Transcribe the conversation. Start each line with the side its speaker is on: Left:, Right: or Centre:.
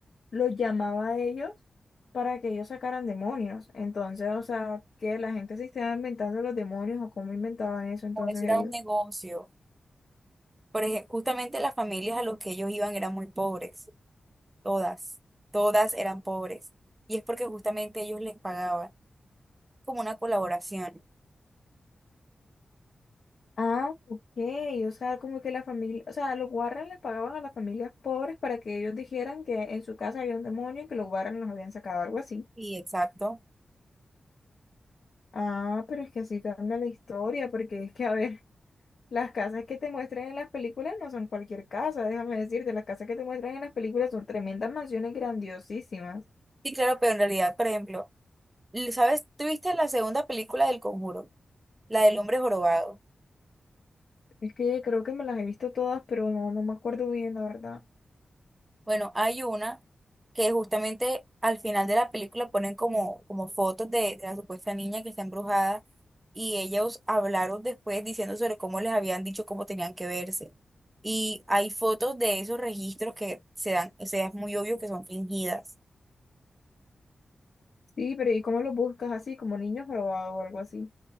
Left: los llamaba a ellos para que ellos sacaran demonios. Entonces, o sea, que la gente se estaba inventando los demonios o cómo inventaban eso entonces
Right: O eso era
Left: ellos.
Right: un negocio. Por ejemplo, justamente las familias a los que ellos iban eran muy pobres, todas, todas eran pobres. Y es porque justamente ellos les pagaban como una colaboración.
Left: Ah, ok, o sea, como que la familia, o sea, los Warren le pagaban a las familias pobres para que ellos dijeran que en su casa había un demonio y que los Warren los habían sacado, algo así.
Right: Sí, exacto.
Left: Ah, pero es que así cambia la historia, porque es que, a ver, <laughs> las casas que te muestran en las películas no son cualquier casa, déjame decirte, las casas que te muestran en las películas son tremendas mansiones grandiosísimas.
Right: Sí, claro, pero en realidad, por ejemplo, ¿sabes? ¿Tuviste la segunda película del Conjuro? La del hombre jorobado.
Left: Es que creo que me las he visto todas, pero no, no me acuerdo bien, la verdad.
Right: Bueno, hay una que justamente al final de la película ponen como, como fotos de, de la supuesta niña que está embrujada y ellos hablaron después diciendo sobre cómo les habían dicho cómo tenían que verse. Y hay fotos de esos registros que se dan, o sea, es muy obvio que son fingidas.
Left: Sí, pero ¿y cómo los buscas así, como niños robados o algo así?